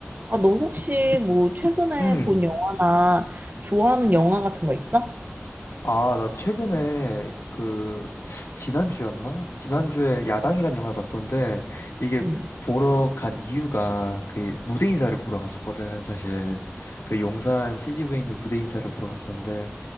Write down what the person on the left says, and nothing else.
음.
아, 나 최근에 그 지난주였나? 지난주에 야당이란 영화를 봤었는데 이게
보러 간 이유가 그 무대 인사를 보러 갔었거든, 사실. 그 용산 CGV에 있는 무대 인사를 보러 갔었는데